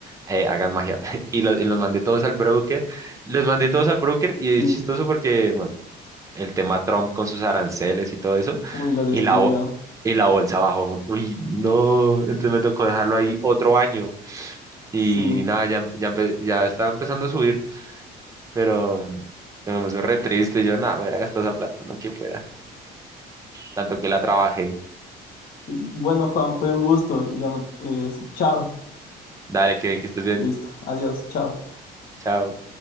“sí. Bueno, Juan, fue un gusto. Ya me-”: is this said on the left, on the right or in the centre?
Left